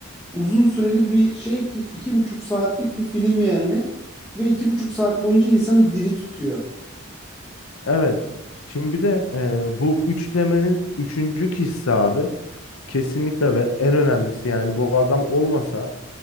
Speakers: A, in the centre; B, on the left.
A: Uzun süreli bir şey ki iki buçuk saatlik bir film yani. Ve iki buçuk saat boyunca insanı diri tutuyor.
B: evet. Şimdi bir de e, bu üçlemenin üçüncü kişisi abi. Kesinlikle ve en önemlisi yani bu adam olmasa